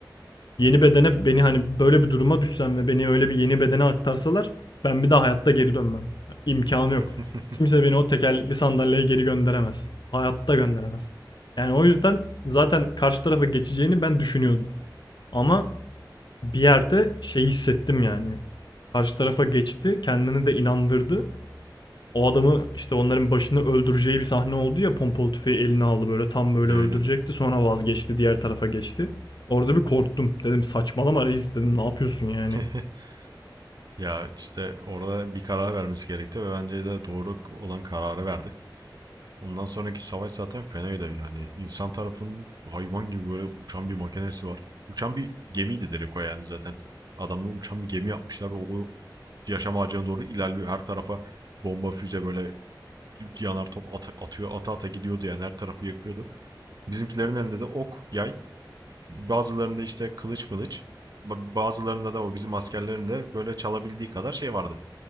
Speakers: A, on the left (about 65°); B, on the right (about 55°).
A: Yeni bedene beni hani böyle bir duruma düşsem ve beni öyle bir yeni bedene aktarsalar ben bir daha hayatta geri dönmem. İmkanı yok.
B: <laughs>
A: Kimse beni o tekerlekli sandalyeye geri gönderemez. Hayatta gönderemez. Yani o yüzden zaten karşı tarafa geçeceğini ben düşünüyordum. Ama bir yerde şey hissettim yani. Karşı tarafa geçti, kendini de inandırdı o adamı işte onların başını öldüreceği bir sahne oldu ya pompalı tüfeği eline aldı böyle tam böyle
B: Aynen.
A: öldürecekti sonra vazgeçti diğer tarafa geçti. Orada bir korktum dedim saçmalama reis dedim ne yapıyorsun yani.
B: <laughs> ya işte orada bir karar vermesi gerekti ve bence de doğru olan kararı verdi. Ondan sonraki savaş zaten fenaydı yani. insan tarafının hayvan gibi böyle uçan bir makinesi var. Uçan bir gemiydi Derek o yani zaten. Adamla uçan bir gemi yapmışlar ve o yaşam ağacına doğru ilerliyor. Her tarafa bomba, füze böyle yanar top at- atıyor. Ata ata gidiyordu yani her tarafı yakıyordu. Bizimkilerin elinde de ok, yay Bazılarında işte kılıç mılıç, ba- bazılarında da o bizim askerlerin de böyle çalabildiği kadar şey vardı.